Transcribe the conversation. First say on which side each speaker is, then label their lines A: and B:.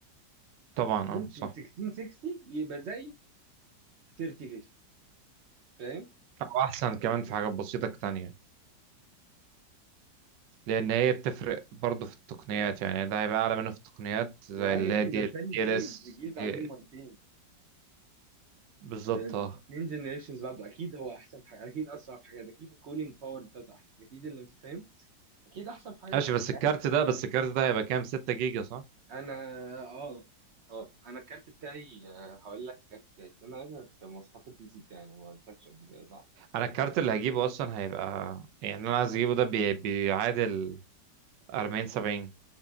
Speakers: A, on the right; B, on the right.
A: طبعا اه
B: ممكن
A: صح
B: 1660 يبقى زي 3050 فاهم؟
A: او احسن كمان في حاجات بسيطه تانية لان هي بتفرق برضه في التقنيات يعني ده هيبقى اعلى منه في التقنيات زي
B: واه
A: اللي
B: يا ابني
A: هي دي
B: ده تاني
A: دي
B: جيل
A: ال اس
B: ده جيل بعدين
A: دي
B: مرتين
A: بالظبط
B: اتنين
A: اه
B: جنريشنز بعده اكيد هو احسن في حاجات اكيد اسرع في حاجات اكيد الكولينج باور بتاعته احسن اكيد اللي انت فاهم اكيد احسن في حاجات
A: ماشي بس الكارت
B: يعني
A: ده بس الكارت ده هيبقى كام 6 جيجا صح
B: انا اه اه انا الكارت بتاعي آه، هقول لك الكارت بتاعي استنى اقول لك مواصفات البي سي بتاعي انا ما قلتلكش قبل كده صح
A: انا الكارت اللي هجيبه اصلا هيبقى يعني انا عايز اجيبه ده بي- بيعادل 40 70